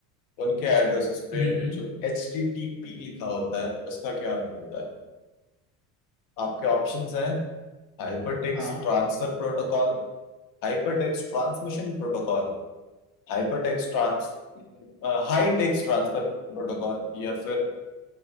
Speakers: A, on the left; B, in the centre.
A: उनके एड्रेसेस पे
B: हम्म हम्म,
A: जो एच टी टी पी लिखा होता है उसका क्या अर्थ होता है आपके ऑप्शंस हैं hypertext
B: हाँ
A: transfer protocol hypertext transmission protocol hypertext trans hypertext transfer protocol या फिर